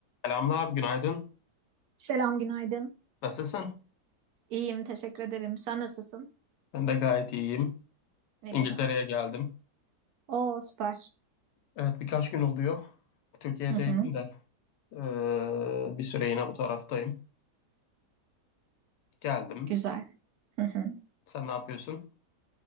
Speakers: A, on the left (about 85°); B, on the right (about 70°).
A: Selamlar, günaydın.
B: Selam, günaydın.
A: Nasılsın?
B: İyiyim, teşekkür ederim. Sen nasılsın?
A: Ben de gayet iyiyim.
B: Ne
A: İngiltere'ye
B: güzel.
A: geldim.
B: Oo, süper.
A: Evet, birkaç gün oluyor. Türkiye'deydim
B: Hı hı,
A: de eee, bir süre yine bu taraftayım. Geldim.
B: güzel. Hı hı.
A: Sen ne yapıyorsun?